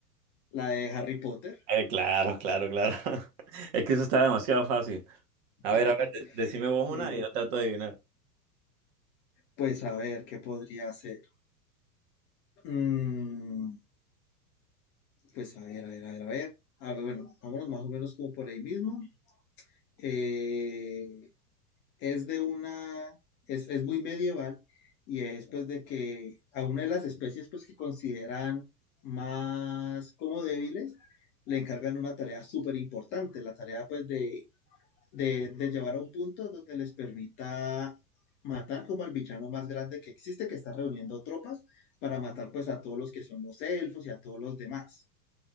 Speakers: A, on the left (about 25°); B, on the right (about 40°).
A: la de Harry Potter.
B: Eh, claro, claro, claro. <laughs> Es que eso está demasiado fácil.
A: <laughs>
B: A ver, a ver, de- decime vos una
A: Sí.
B: y yo trato de adivinar.
A: Pues a ver, ¿qué podría hacer? Mm, pues a ver, a ver, a ver, a ver. A ver, bueno, vámonos más o menos como por ahí mismo. Eh, es de una, es, es muy medieval y es pues de que a una de las especies pues que consideran más como débiles le encargan una tarea súper importante, la tarea pues de de, de llevar a un punto donde les permita matar como al villano más grande que existe, que está reuniendo tropas para matar pues a todos los que son los elfos y a todos los demás.